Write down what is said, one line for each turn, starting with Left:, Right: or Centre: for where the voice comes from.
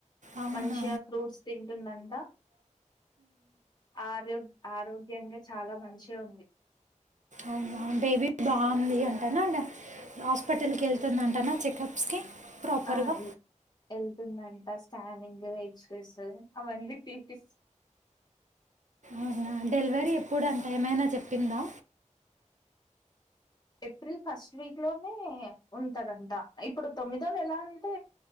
Right: అవునా
Left: మంచిగా ఫ్రూట్స్ తింటుందంట ఆరో ఆరోగ్య ముఖ్యంగా చాలా మంచిష ఉంది
Right: అవునా బేబీ బాగుంది అంటన హాస్పిటల్కెళ్తుందంటానా చెకప్స్కి ప్రాపర్గా
Left: ఆ యెళ్తుందంట స్కానింగ్ ఎక్స్పీస్
Right: అవునా డెలివరీ ఎప్పుడు అంత ఏమైనా చెప్పిందా
Left: ఏప్రిల్ ఫస్ట్ వీక్ లోనే ఉంటదంట ఇప్పుడు తొమ్మిదోళ్ళ ఎలా అంటే